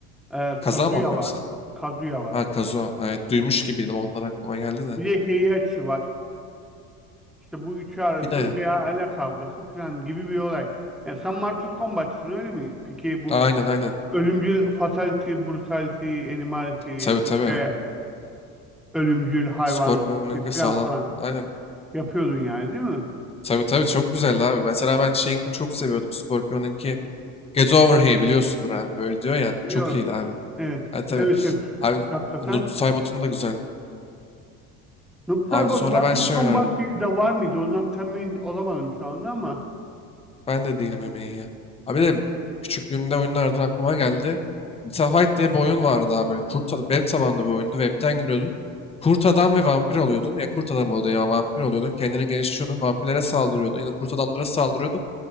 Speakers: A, in the centre; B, on the left.
A: Ee,
B: Kazanma
A: Kazuya
B: mı yoksa?
A: var. Kazuya var.
B: Ha Kazuha. Evet duymuş gibiydim. Ondan aklıma geldi de.
A: Bir de Heihachi var. İşte bu üçü arası
B: Bir de.
A: bir aile kavgası falan gibi bir olay. Ya sen Mortal Kombat'çısın öyle mi? Peki bu
B: Aynen aynen.
A: ölümcül fatality, brutality, animality,
B: Tabii tabii.
A: işte ölümcül hayvan
B: Scorpion'unki
A: falan
B: sağlam.
A: falan
B: Aynen.
A: yapıyordun yani değil mi?
B: Tabii tabii çok güzeldi abi. Mesela ben şeyinkini çok seviyordum. Scorpion'unki Get Over Here biliyorsundur abi. Böyle diyor ya.
A: Biliyorum.
B: Çok iyiydi abi.
A: Evet.
B: Ha tabii.
A: Evet evet.
B: Abi
A: Hakikaten
B: Nusaybot'un
A: o.
B: da güzeldi.
A: Noob Saibot
B: Abi sonra
A: Mortal
B: ben şey
A: Kombat
B: oynardım.
A: 1'de var mıydı? Ondan temin olamadım şu anda ama.
B: Ben de değilim emeği ya. Abi de küçüklüğümde oyunlardan aklıma geldi. Metafight diye bir oyun vardı abi böyle. Kurt adam, web tabanlı bir oyundu. Webten giriyordun. Kurt adam ve vampir oluyordun. Ya kurt adam oluyordun ya vampir oluyordun. Kendini geliştiriyordun. Vampirlere saldırıyordun. Ya da kurt adamlara saldırıyordun.